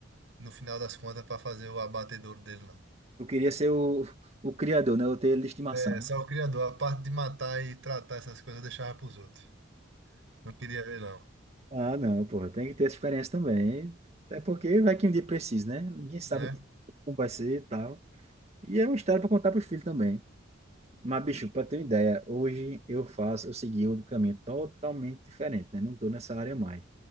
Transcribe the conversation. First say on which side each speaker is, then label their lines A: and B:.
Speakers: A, on the right; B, on the right.
A: no final das contas, para fazer o abatedouro dele, não.
B: eu queria ser o, o criador, né? Eu ter ele de estimação.
A: É,
B: né?
A: só o criador, a parte de matar e tratar essas coisas eu deixava pros outros. Não queria ver, não,
B: Ah, não, pô. Tem que ter essa experiência também. Até porque vai que um dia precisa, né? Ninguém sabe
A: né?
B: como vai ser e tal. E é uma história para contar pros filhos também. Mas, bicho, para ter uma ideia, hoje eu faço, eu segui outro caminho totalmente diferente, né? Não tô nessa área mais.